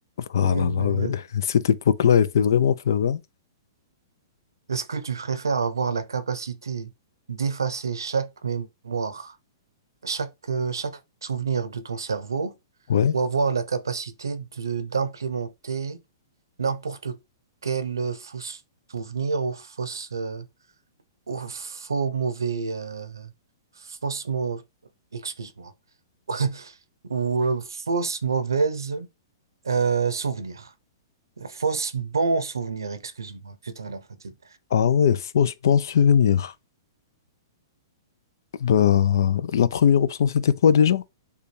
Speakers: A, on the left; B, on the right.
A: Ah
B: Ouais,
A: là
B: mais
A: là, ouais.
B: y a-
A: <laughs> Cette époque-là, elle fait vraiment peur, hein.
B: Est-ce que tu préfères avoir la capacité d'effacer chaque mémoire, chaque, euh, chaque souvenir de ton cerveau,
A: Ouais.
B: ou avoir la capacité de d'implémenter n'importe quel euh, faux sou- souvenir ou fausse, euh, ou faux mauvais, euh, fausse mau- excuse-moi, <laughs> ou euh, fausse mauvaise euh, souvenir. Fausse bon souvenir, excuse-moi, putain la fatigue.
A: Ah ouais, fausse bon souvenir. Bah, la première option, c'était quoi déjà?